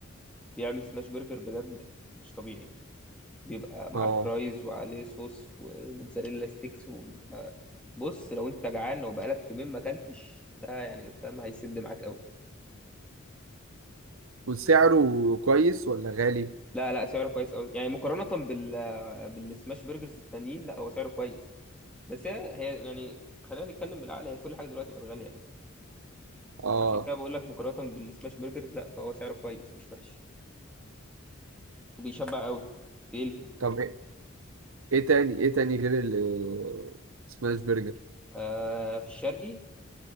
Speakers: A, in the centre; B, on the right.
A: بيعمل سماش برجر بجد مش طبيعي بيبقى معاه
B: اه
A: فرايز وعليه صوص وموتزاريلا ستيكس وبيبقى بص لو انت جعان لو بقالك يومين ما اكلتش ده يعني فاهم هيسد معاك قوي
B: وسعره كويس ولا غالي
A: لا لا سعره كويس قوي يعني مقارنة بال بالسماش برجرز التانيين لا هو سعره كويس بس هي هي يعني خلينا نتكلم بالعقل هي كل حاجة دلوقتي بقت غالية يعني
B: اه
A: فعشان كده بقول لك مقارنة بالسماش برجرز لا فهو سعره كويس مش وحش وبيشبع قوي بيلكم
B: طب ايه إيه تاني ايه تاني غير ال- السماش برجر
A: آه في الشرقي